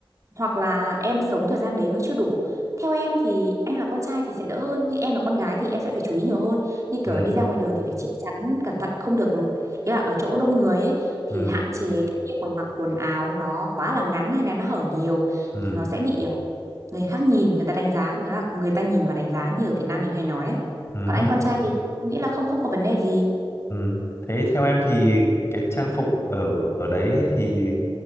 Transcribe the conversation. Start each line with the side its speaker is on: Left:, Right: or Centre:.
Right: hoặc là em sống thời gian đấy nó chưa đủ theo em thì anh là con trai thì sẽ đỡ hơn nhưng em là con gái thì em sẽ phải chú ý nhiều hơn như kiểu
Left: ừ
Right: là đi ra ngoài đường thì phải che chắn cẩn thận không được ý là ở chỗ đông người ấy thì
Left: ừ
Right: hạn chế cái việc mà mặc quần áo nó quá là ngắn hay là nó hở nhiều
Left: ừ
Right: thì nó sẽ bị ờ, người khác nhìn người ta đánh giá nghĩa là người ta nhìn và đánh giá như ở Việt Nam mình hay nói đấy
Left: ừ
Right: còn
Left: hứ,
Right: anh con trai thì em nghĩ là không không có vấn đề gì
Left: ừ thế theo em thì cái trang phục ở ở đấy ấy thì